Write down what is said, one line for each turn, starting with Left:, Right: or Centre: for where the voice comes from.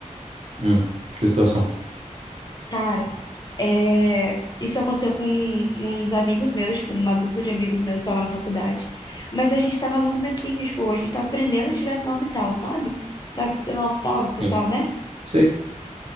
Right: Hum, que situação?
Left: Cara, é, isso aconteceu com uns amigos meus, tipo, uma dupla de amigos meus estava na faculdade. Mas a gente tava no comecinho, tipo, a gente tava aprendendo a tirar sinal vital, sabe? Sabe o que é sinal vital no total,
Right: Sim.
Left: né?
Right: Sei.